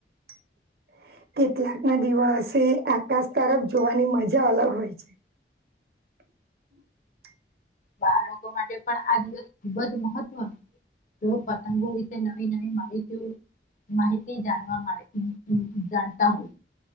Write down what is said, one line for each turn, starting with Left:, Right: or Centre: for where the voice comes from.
Right: <inaudible> કેટલાક ના દિવસે આકાશ, તરફ જોવાની મજા અલગ હોય છે. <inaudible>
Left: બાળકો માટે પણ આ દિવસ ખુબજ, મહત્વનો તો પતંગો રીતે નવી, નવી માહિતી. માહિતી જાણવા, મરે જાણતા હોય.